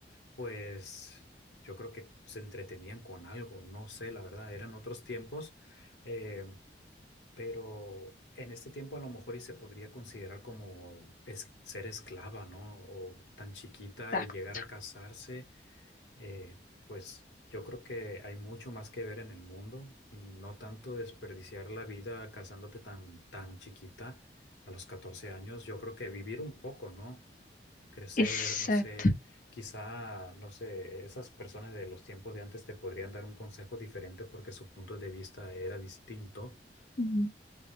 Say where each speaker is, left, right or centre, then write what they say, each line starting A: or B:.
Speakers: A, on the left (about 80°); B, on the left (about 50°).
A: pues yo creo que se entretenían con algo, no sé, la verdad, eran otros tiempos. Eh, pero en este tiempo a lo mejor y se podría considerar como es- ser esclava, ¿no? O tan chiquita
B: Exacto.
A: y llegar a casarse, eh, pues yo creo que hay mucho más que ver en el mundo, no tanto desperdiciar la vida casándote tan, tan chiquita a los 14 años, yo creo que vivir un poco, ¿no? Crecer,
B: Exacto.
A: no sé, quizá, no sé, esas personas de los tiempos de antes te podrían dar un consejo diferente porque su punto de vista era distinto
B: Ujú.